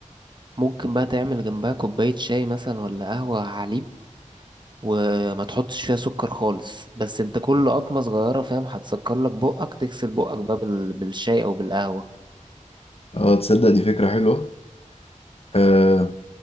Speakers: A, on the right; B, on the left.
A: ممكن بقى تعمل جنبها كوباية شاي مثلا ولا قهوة على حليب وما تحطش فيها سكر خالص بس انت كل قطمة صغيرة فاهم هتسكر لك بقك تغسل بقك بقى بال... بالشاي او بالقهوة
B: اه تصدق دي فكرة حلوة آه